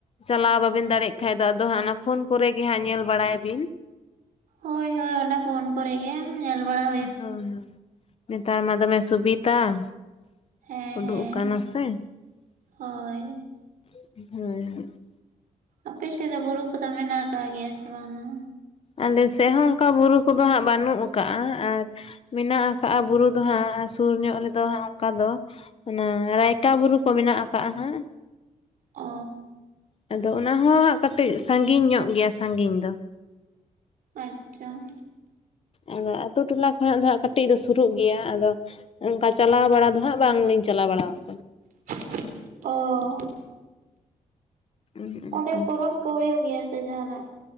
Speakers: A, on the left (about 45°); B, on the right (about 80°).
A: ᱪᱟᱞᱟᱣ ᱵᱟᱵᱤᱱ ᱫᱟᱲᱮᱜ ᱠᱷᱟᱡ ᱫᱚ ᱟᱫᱚ ᱦᱟᱸᱜ ᱚᱱᱟ ᱯᱷᱳᱱ ᱠᱚᱨᱮᱜᱮ ᱦᱟᱸᱜ ᱧᱮᱞ ᱵᱟᱲᱟᱭ ᱵᱤᱱ ᱾
B: ᱦᱳᱭ ᱦᱳᱭ ᱚᱱᱟ ᱯᱷᱳᱱ ᱠᱚᱨᱮᱜ ᱜᱮ ᱾ ᱧᱮᱞ ᱵᱟᱲᱟᱼᱼ
A: ᱦᱳᱭ ᱦᱳᱭ, ᱱᱮᱛᱟᱨ ᱢᱟ ᱫᱚᱢᱮ ᱥᱩᱵᱤᱛᱟ ᱾
B: ᱦᱮᱸ
A: ᱩᱰᱩᱜ
B: ᱦᱮᱸ
A: ᱠᱟᱱᱟ ᱥᱮ, <inaudible>
B: ᱦᱳᱭ
A: ᱦᱳᱭ ᱦᱳᱭ ᱾
B: ᱟᱯᱮ ᱥᱮᱫ ᱫᱚ ᱵᱩᱨᱩ ᱠᱚᱫᱚ ᱢᱮᱱᱟᱜ ᱟᱠᱟᱜ ᱜᱮᱭᱟ ᱥᱮ ᱵᱟᱝᱟ?
A: ᱟᱞᱮᱥᱮᱜ ᱦᱚᱸ ᱚᱱᱠᱟ ᱵᱩᱨᱩ ᱠᱚᱫᱚ ᱦᱟᱸᱜ ᱵᱟᱹᱱᱩᱜ ᱟᱠᱟᱜᱼᱟ ᱟᱨᱼᱼ ᱢᱮᱱᱟᱜ ᱟᱠᱟᱜᱼᱟ ᱵᱩᱨᱩ ᱫᱚ ᱦᱟᱸᱜ ᱥᱩᱨ ᱧᱚᱜ ᱨᱮᱫᱚ ᱦᱟᱸᱜ ᱚᱱᱠᱟ ᱫᱚ ᱾ ᱚᱱᱟ ᱨᱟᱭᱛᱟ ᱵᱩᱨᱩ ᱠᱚ ᱢᱮᱱᱟᱜ ᱟᱠᱟᱜ ᱦᱟᱸᱜ ᱾
B: ᱚ ᱾
A: ᱟᱫᱚ ᱚᱱᱟ ᱦᱚᱸ ᱠᱟᱹᱴᱤᱡ ᱥᱟᱺᱜᱤᱧ ᱧᱚᱜ ᱜᱮᱭᱟ ᱥᱟᱺᱜᱤᱧ ᱫᱚ ᱾
B: ᱟᱪᱪᱷᱟ ᱾
A: ᱟᱫᱚ ᱟᱛᱩ ᱴᱚᱞᱟ ᱠᱷᱚᱱᱟᱜ ᱫᱚ ᱦᱟᱸᱜ ᱠᱟᱹᱴᱤᱡ ᱫᱚ ᱥᱩᱨᱩᱜ ᱜᱮᱭᱟ ᱾ ᱟᱫᱚ ᱚᱱᱠᱟ ᱪᱟᱞᱟᱣ ᱵᱟᱲᱟ ᱫᱚ ᱦᱟᱸᱜ ᱵᱟᱝᱞᱤᱧ ᱪᱟᱞᱟᱣ ᱵᱟᱲᱟ ᱟᱠᱟᱱᱟ ᱾
B: <unintelligible> ᱚ ᱾
A: ᱚᱱᱠᱟ
B: ᱚᱸᱰᱮ ᱯᱚᱨᱚᱵᱽ ᱠᱚ ᱦᱳᱭᱳᱜ ᱜᱮᱭᱟ ᱥᱮ ᱡᱟᱸᱦᱟᱱᱟᱜ?